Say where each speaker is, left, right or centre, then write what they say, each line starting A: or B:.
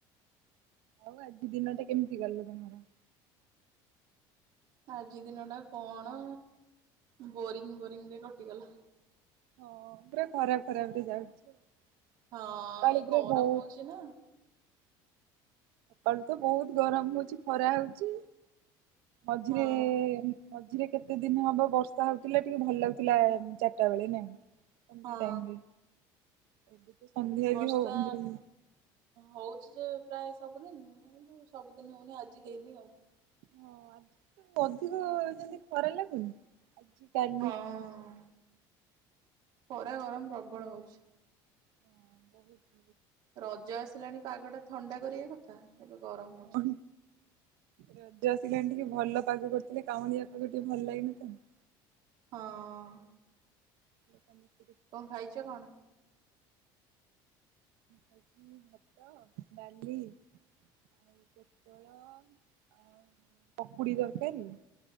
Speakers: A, on the right; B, on the right.
A: ହଉ ଆଜି ଦିନଟା କେମିତି ଗଲେ ତମର?
B: ଆଜି ଦିନ ଟା କଣ ବୋରିଂ ବୋରିଂ ରେ କଟିଗଲା।
A: ହଁ ପୁରା ଖରାପ ଖରାପ ରେ ଯାଉଛି।
B: ହଁ
A: ସକାଳୁ
B: ଏଇ
A: ପୁରା
B: ଗରମ
A: ବହୁତ
B: ହଉଛି ନା।
A: ସକାଳୁ ତ ବହୁତ ଗରମ ହଉଛି ଖରା ହଉଛି। ମଝିରେ
B: ହଁ
A: ମଝିରେ କେତେ ଦିନ ହବ ବର୍ଷା ହଉଥିଲା ଟିକେ ଭଲ ଲାଗୁଥିଲା ଚାରିଟା ବେଳେ ନାଇ? ସଂଧ୍ୟ
B: ହଁ
A: ଟାଇମରେ ଏବେ ତ
B: ବର୍ଷା
A: ବି ହଉ ଯୋଉ
B: ହଉ ଯେ ପ୍ରାୟ ସବୁଦିନ କିନ୍ତୁ ସବୁଦିନ ହଉନି ଆଜି ହେଇନି ଆଉ।
A: ହଁ ଆଜି ଅଧିକ ଯେମତି ଖରା ଲାଗୁନି? <inaudible>
B: ହଁ ଖରା ଗରମ ପ୍ରବଳ ହଉଛି।
A: ହଁ ବହୁତ।
B: ରଜ ଆସିଲାଣି ପାଗଟା ଥଣ୍ଡା କରିଆ କଥା। ଏବେ ଗରମ ହ
A: ହ, ରଜ ଆସିଲାଣି ଟିକେ ଭଲ ପାଗ କରୁଥିଲେ କାଉଁଡିଆ ପାଗ ଟିକେ ଭଲ ଲାଗି ନ ଥାନ୍ତା।
B: ହଁ
A: ଲ <unintelligible>
B: କଂ ଖାଇଛ କଣ?
A: ଖାଇଚି ଭାତ ଡାଲି -- ଆଉ ପୋଟଳ ଆଉ ପକୁଡି ଦରକାରୀ --